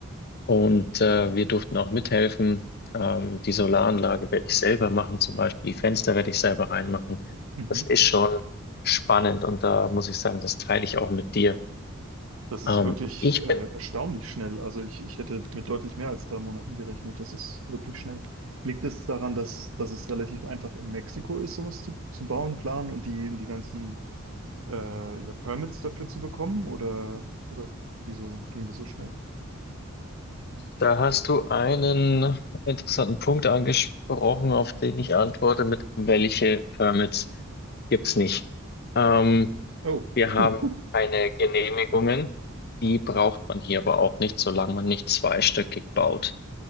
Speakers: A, on the left; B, on the right.
A: Und äh, wir durften auch mithelfen. Ähm, die Solaranlage werde ich selber machen, zum Beispiel die Fenster werde ich selber reinmachen.
B: Mhm.
A: Das ist schon spannend und da muss ich sagen, das teile ich auch mit dir.
B: das ist
A: Ähm,
B: wirklich
A: ich
B: äh,
A: bin ja,
B: erstaunlich schnell. Also ich, ich hätte mit deutlich mehr als drei Monaten gerechnet. Das ist wirklich schnell. Liegt es daran, dass, dass es relativ einfach in Mexiko ist, sowas zu, zu bauen, planen und die, die ganzen äh, ja, Permits dafür zu bekommen? Oder, oder wieso ging das so schnell?
A: Da hast du einen interessanten Punkt angesprochen, auf den ich antworte mit, welche Permits gibt es nicht? Ähm,
B: Oh,
A: wir haben
B: <laughs>
A: keine Genehmigungen, die braucht man hier aber auch nicht, solange man nicht zweistöckig baut.